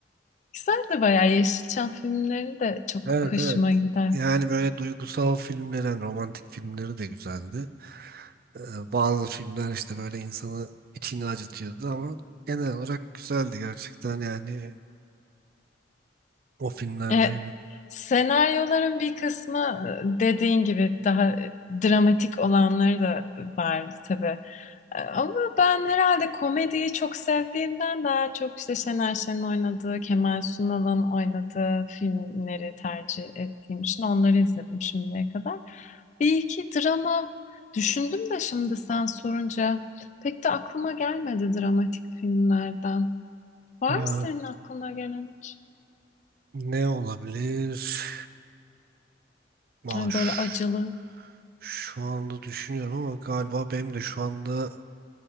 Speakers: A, on the left (about 40°); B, on the right (about 50°).
A: Güzeldi bayağı Yeşilçam filmlerini de çok
B: Evet
A: hoşuma
B: evet.
A: gider.
B: Yani böyle duygusal filmler, yani romantik filmleri de güzeldi. Ee, bazı filmler işte böyle insanı içini acıtıyordu ama genel olarak güzeldi gerçekten yani o filmlerdeydi.
A: E, senaryoların bir kısmı e, dediğin gibi daha dramatik olanları da var tabii. Ama ben herhalde komediyi çok sevdiğimden daha çok işte Şener Şen'in oynadığı, Kemal Sunal'ın oynadığı filmleri tercih ettiğim için onları izledim şimdiye kadar. Bir iki drama düşündüm de şimdi sen sorunca pek de aklıma gelmedi dramatik filmlerden. Var
B: Ee,
A: mı senin aklına gelen hiç?
B: ne olabilir? Aa,
A: Yani
B: ş-
A: böyle acılı
B: şu anda düşünüyorum ama galiba benim de şu anda